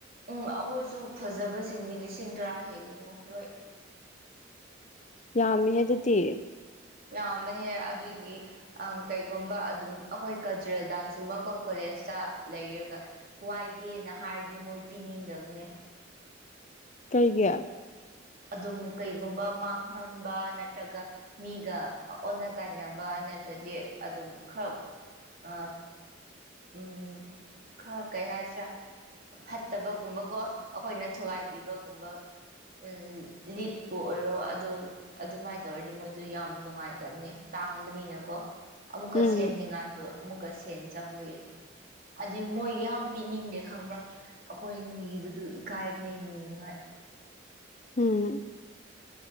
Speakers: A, on the right; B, on the left.
A: ꯎꯝ ꯑꯈꯣꯏꯁꯨ ꯐꯖꯕꯁꯤꯡꯗꯤ ꯂꯤꯁꯤꯡ ꯇꯔꯥ ꯍꯦꯜꯂꯤꯉꯣ ꯂꯣꯏ
B: ꯌꯥꯝꯃꯤꯍꯦ ꯑꯗꯨꯗꯤ
A: ꯌꯥꯝꯃꯦ ꯑꯗꯨꯒꯤ ꯑ ꯀꯩꯒꯨꯝꯕ ꯑꯗꯨꯝ ꯑꯩꯈꯣꯏ ꯀꯜꯆꯔꯦꯜ ꯗꯥꯟꯁ ꯀꯨꯝꯕꯀꯣ ꯀꯣꯂꯦꯖꯇ ꯂꯩꯔꯒ ꯋꯥꯏꯒꯦꯅ ꯍꯥꯏꯔꯗꯤ ꯃꯣꯏ ꯄꯤꯅꯤꯡꯗꯕꯅꯦ
B: ꯀꯩꯒꯤ
A: ꯑꯗꯨꯝ ꯀꯩꯒꯨꯝꯕ ꯃꯥꯡꯍꯟꯕ ꯅꯠꯇ꯭ꯔꯒ ꯃꯤꯒ ꯑꯣꯟꯅ ꯇꯩꯅꯕ ꯅꯠꯇ꯭ꯔꯗꯤ ꯑꯗꯨꯝ ꯈꯔ ꯑ ꯎꯝ ꯈꯔ ꯀꯩ ꯍꯥꯏꯁꯤꯔ ꯐꯠꯇꯕꯒꯨꯝꯕ ꯀꯣ ꯑꯈꯣꯏꯅ ꯊꯨꯒꯥꯏꯕꯤꯕꯒꯨꯝꯕ ꯎꯝ ꯂꯤꯛꯄꯨ ꯑꯣꯏꯔꯣ ꯑꯗꯨ ꯑꯗꯨꯃꯥꯏ ꯇꯧꯔꯗꯤ ꯃꯣꯏꯗꯣ ꯌꯥꯝ ꯅꯨꯡꯉꯥꯏꯇꯝꯅꯦ ꯇꯥꯡꯕꯅꯤꯅꯀꯣ ꯑꯃꯨꯛꯀ
B: ꯎꯝ
A: ꯁꯦꯝꯅꯤꯡꯉꯥꯏꯗꯣ ꯑꯃꯨꯛꯀ ꯁꯦꯟ ꯆꯪꯕꯒꯤ ꯑꯗꯨ ꯃꯣꯏ ꯌꯥꯝ ꯄꯤꯅꯤꯡꯗꯦ ꯈꯪꯕ꯭ꯔ ꯑꯈꯣꯏ ꯅꯤꯕꯗꯨ ꯏꯀꯥꯏꯕꯅꯦ ꯅꯤꯅꯤꯉꯥꯏ
B: ꯎꯝ